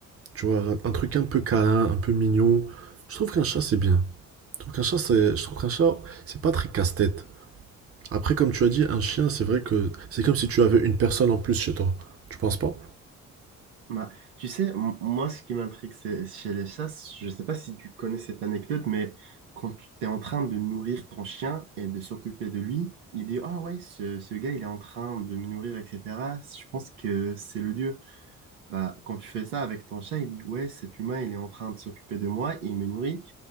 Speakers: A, on the right; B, on the right.
A: tu vois, un, truc un peu câlin, un peu mignon, je trouve qu'un chat, c'est bien. Je trouve qu'un chat, c'est, je trouve qu'un chat, c'est pas très casse-tête. Après, comme tu as dit, un chien, c'est vrai que c'est comme si tu avais une personne en plus chez toi. Tu penses pas?
B: Bah, tu sais, m- moi, ce qui m'intrigue, c'est chez les chasses, je ne sais pas si tu connais cette anecdote, mais quand tu es en train de nourrir ton chien et de s'occuper de lui, il dit, Ah ouais, ce, ce gars, il est en train de me nourrir, etc. Je pense que c'est le dieu. Bah, quand tu fais ça avec ton chat, il dit, Ouais, cet humain, il est en train de s'occuper de moi, il me nourrit,